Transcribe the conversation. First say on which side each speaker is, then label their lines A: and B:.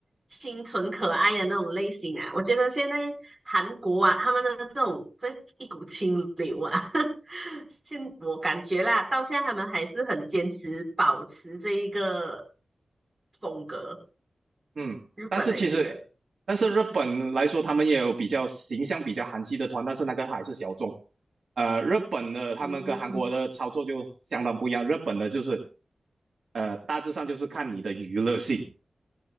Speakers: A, on the right; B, on the right.
A: 清纯可爱的那种类型啊，我觉得现在韩国啊，他们的这种这一股清流啊，<laughs> 现我感觉啦，到现在他们还是很坚持保持这一个风格，
B: 嗯，
A: 日本的艺人。
B: 但是其实，但是日本来说，他们也有比较形象比较韩系的团，但是那个还是小众。呃，日本的他们跟韩国的操作就相当不一样，
A: 嗯，
B: 日本的就是呃大致上就是看你的娱乐性，